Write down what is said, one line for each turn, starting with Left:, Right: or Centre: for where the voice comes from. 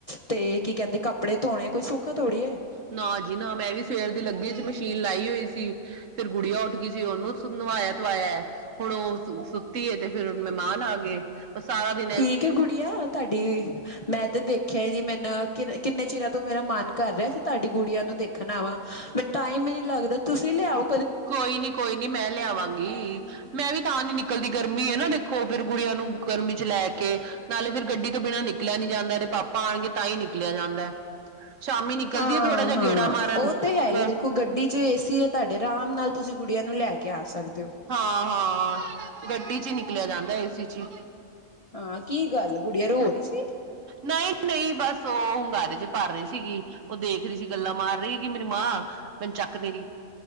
Left: ਤੇ ਕੀ ਕੈਂਦੇ ਕੱਪੜੇ ਧੋਣੇ ਕੋਈ ਸੌਖਾ ਥੋੜੀ ਐ।
Right: ਨਾ ਜੀ ਨਾ ਮੈਂ ਵੀ ਸੇਰ ਦੀ ਲੱਗੀ ਹੋਈ ਚ ਮਸ਼ੀਨ ਲਾਈ ਹੋਈ ਸੀ। ਫੇਰ ਗੁੜੀਆਂ ਓਠ ਗਈ ਸੀ ਓਨੂੰ ਨਵਾਏਆ ਧਵਾਏਆ ਐ। ਹੁਣ ਓ ਸੁੱਤੀ ਤੇ ਫੇਰ ਮੈਮਾਨ ਆ ਗੇ। ਬ ਸਾਰਾ ਦੀਨ
Left: ਠੀਕ ਏ ਗੁੜੀਆ ਧਾਡੀ? ਮੈਂ ਤੇ ਦੇਖੇਆ ਈ ਨੀ ਮੈਨੂੰ ਕਿ ਕਿੰਨੇ ਚੀਰਾਂ ਤੋਂ ਮੇਰਾ ਮਨ ਕਰ ਰੇਆ ਸੀ ਤਧਾਡੀ ਗੁੜੀਆਂ ਨੂੰ ਦੇਖਣਾ ਅਵਾ। ਮੈ ਟਾਈਮ ਈ ਨੀ ਲੱਗਦਾ ਤੁਸੀਂ ਲੇਆਓ।
Right: ਕੋਈ ਨੀ, ਕੋਈ ਨੀ ਮੈਂ ਲੇਆਂਵਾਂਗੀ। ਮੈਂ ਵੀ ਤਾਂ ਨੀ ਨਿਕਲਦੀ ਗਰਮੀ ਐ ਨਾ ਦੇਖੋ ਫੇਰ ਗੁੜੀਆਂ ਨੂੰ ਗਰਮੀ ਚ ਲੈ ਕੇ ਨਾਲੇ ਫੇਰ ਗੱਡੀ ਤੋਂ ਬੀਨਾਂ ਨਿਕਲੇਆ ਨੀ ਜਾਂਦਾ ਏਦੇ ਪਾਪਾ ਆਣਗੇ ਤਾਂ ਈ ਨੀਕਲੇਆ ਜਾਂਦੈ। ਸ਼ਾਮੀ ਨਿਕਲਦੀ
Left: ਹਾਂ
Right: ਆ ਥੋੜਾ ਜੇਆ
Left: ਹਾਂ
Right: ਗੇੜਾ ਮਾਰਨ
Left: ਉਹ ਹੈ ਹੀ
Right: ਬ
Left: ਦੇਖੋ ਗੱਡੀ ਤੇ ਏਸੀ ਏ ਧਾਡੇ ਰਾਮ ਨਾਲ ਤੁਸੀਂ ਗੁੜੀਆਂ ਨੂੰ ਲੈ ਕੇ ਆ ਸਕਦੇ ਓ।
Right: ਹਾਂ-ਹਾਂ ਗੱਡੀ ਚ ਈ ਨੀਕਲੇਆ ਜਾਂਦਾ ਏ ਸੀ ਚ ਈ।
Left: ਆ ਕੀ ਗੱਲ ਗੁੜੀਆ ਰੋ ਰੀ ਸੀ?
Right: ਨਈ-ਨਈ ਬਸ ਓ ਉਗਾਰੇ ਚ ਭਰ ਰਈ ਸੀਗੀ। ਓ ਦੇਖ ਰਈ ਸੀ ਗੱਲਾਂ ਮਾਰ ਰਈ ਕੀ ਮੇਰੀ ਮਾਂ, ਮੈਨੂੰ ਚੱਕ ਨੀ ਰੀ।